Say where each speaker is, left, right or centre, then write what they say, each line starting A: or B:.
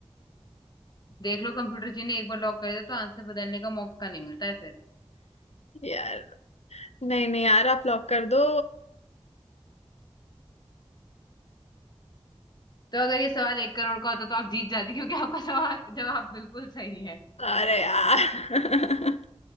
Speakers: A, on the left (about 40°); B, on the left (about 80°).
A: देख लो कंप्यूटर जी ने एक बार लॉक कर दिया तो आंसर बदलने का मौका नहीं मिलता है फिर
B: यार नहीं नहीं यार आप लॉक कर दो
A: तो अगर ये सवाल एक करोड़ का होता तो आप जीत जाती क्योंकि आपका सवाल <laughs> जवाब बिल्कुल सही है
B: अरे यार <laughs>